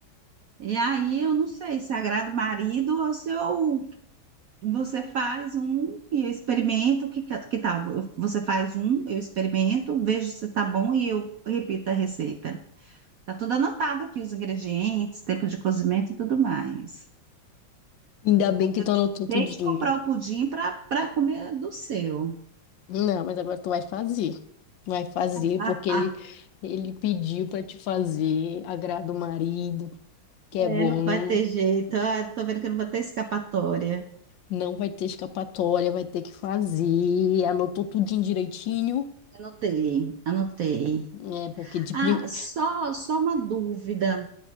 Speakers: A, on the right (about 65°); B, on the left (about 75°).
A: E aí eu não sei se agrada o marido ou se eu, você faz um e eu experimento, que, que que tal? Você faz um, eu experimento, vejo se tá bom e eu repito a receita. Tá tudo anotado aqui, os ingredientes, tempo de cozimento e tudo mais.
B: Ainda bem
A: Porque
B: que
A: eu
B: tu anotou
A: tenho
B: tudinho.
A: que comprar o pudim para para comer do seu.
B: Não, mas agora tu vai fazer. Vai fazer
A: Ah,
B: porque
A: ah,
B: ele ele pediu pra te fazer, agrada o marido. que
A: É,
B: é bom,
A: não vai ter jeito. Ah, tô vendo que não vai ter escapatória.
B: não vai ter escapatória, vai ter que fazer. Anotou tudinho direitinho,
A: Anotei, anotei.
B: né? Porque de primeiro.
A: Ah, só, só uma dúvida.